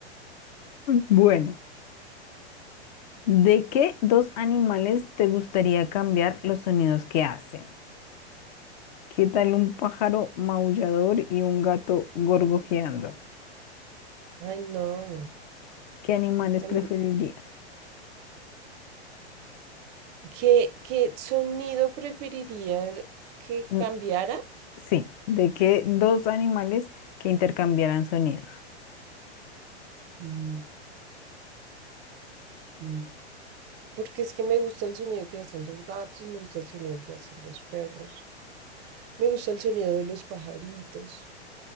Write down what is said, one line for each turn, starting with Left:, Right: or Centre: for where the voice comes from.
Left: Bueno, ¿de qué dos animales te gustaría cambiar los sonidos que hacen? ¿Qué tal un pájaro maullador y un gato gorgojeando?
Right: Ay, no.
Left: ¿Qué animales
Right: A
Left: preferirías?
Right: mí, ¿qué, qué sonido preferiría que
Left: Mm,
Right: cambiara?
Left: Sí, ¿de qué dos animales que intercambiaran sonidos?
Right: Mm, mm. Porque es que me gusta el sonido que hacen los gatos, me gusta el sonido que hacen los perros, me gusta el sonido de los pajaritos.